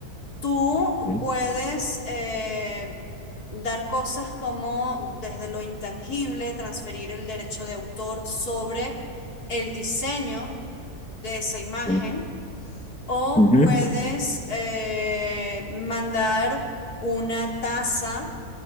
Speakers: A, on the left; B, in the centre.
A: Tú
B: Sí,
A: puedes eh, dar cosas como desde lo intangible, transferir el derecho de autor sobre el diseño de esa imagen
B: sí.
A: o
B: Ujú.
A: puedes eh, mandar una taza,